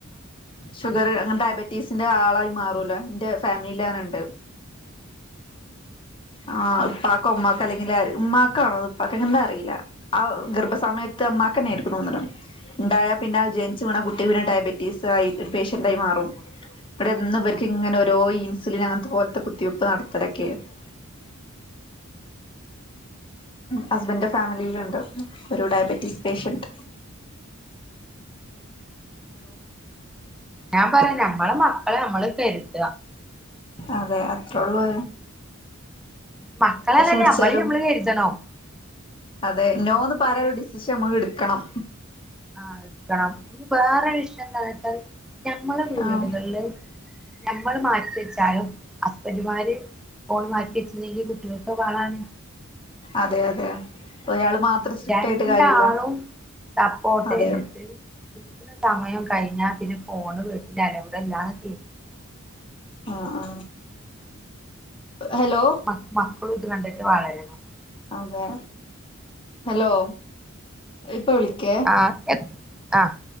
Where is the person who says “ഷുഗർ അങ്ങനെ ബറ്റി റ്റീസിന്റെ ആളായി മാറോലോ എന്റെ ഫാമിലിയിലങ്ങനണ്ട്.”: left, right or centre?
Left